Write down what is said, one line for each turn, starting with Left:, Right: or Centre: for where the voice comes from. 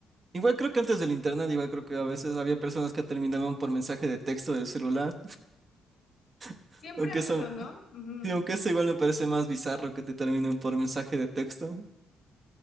Right: igual creo que antes del internet, igual creo que a veces había personas que terminaban por mensaje de texto del celular. <laughs>
Left: Siempre
Right: Aunque
Left: ha habido,
Right: eso,
Left: ¿no? Ujú.
Right: Y aunque eso igual me parece más bizarro que te terminen por mensaje de texto.